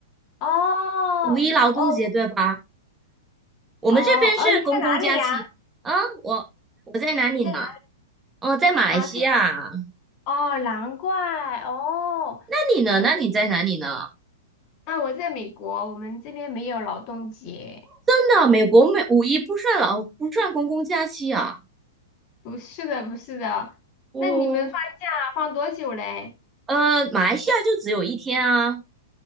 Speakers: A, on the left; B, on the right.
A: 哦哦
B: 五一劳动节对吧？我们这边是公共假期啊，
A: 哦哦，你在哪里呀？
B: 我我在哪里呢？
A: 你在哪
B: 哦，在马来西亚啊，
A: 啊？对哦，难怪哦，
B: 那你呢？
A: 我们
B: 那你在哪里呢？
A: 啊，我在美国，我们这边没有劳动节。
B: 真的，美国没五一不算劳不算公共假期啊，
A: 不是的，不是的。
B: 哦，
A: 那你们放假放多久嘞？
B: 呃，马来西亚就只有一天啊，